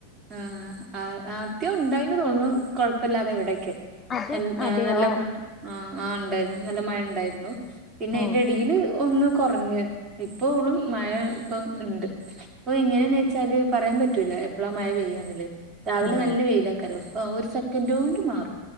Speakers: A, on the right (about 20°); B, on the left (about 25°).
A: ആഹ് ആ ആദ്യം ഉണ്ടായിന്ന് തോന്നുണു കൊഴപ്പില്ലാതെ ഇവിടെക്കെ
B: അത്
A: എൻ
B: അതെയോ
A: നല്ല മ ആഹ് ആ ഉണ്ടായിരുന്നു നല്ല മഴ ണ്ടായിരുന്നു പിന്നെ
B: ഓ
A: ഇയിന്റെ ഇടയില് ഒന്ന് കൊറഞ്ഞ് ഇപ്പോളും മഴ ഇപ്പം ണ്ട് പ്പൊ എങ്ങനെയന്ന് വെച്ചാല് പറയാൻ പറ്റൂല എപ് പ്പളാ മയ പെയ്യാന്നല്ലേ രാവിലെ
B: ആഹ്
A: നല്ല വെയിലാക്കാരം ഒരു സെക്കൻഡോണ്ട് മാറും.